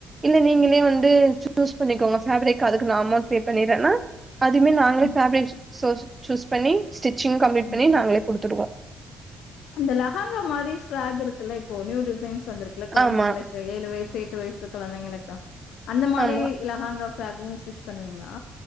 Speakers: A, on the right; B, on the left.
A: இல்ல நீங்களே வந்து சூஸ் பண்ணிக்கோங்க பேஃப்ரிக் அதுக்கு நா அமௌண்ட் பே பண்ணிறேன்னா அதுமே நாங்களே
B: ம்,
A: பேஃப்ரிக் சூஸ் பண்ணி ஸ்டிச்சிங் கம்ப்ளீட்
B: ம்.
A: பண்ணி நாங்களே குடுத்துடுவோ
B: அந்த லஹாங்கா மாரி ஃப்ராக் இருக்குல்ல இப்போ நியூ டிசைன்ஸ் வந்திருக்குல்ல கொழந்தைங்களுக்கு
A: ஆமா
B: இந்த ஏழு வயசு எட்டு வயசுல கொழந்தைங்களுக்கா அந்த மாரி
A: ஆமா
B: லஹாங்கா ஃப்ராகு ஸ்டிச் பண்ணுவீங்களா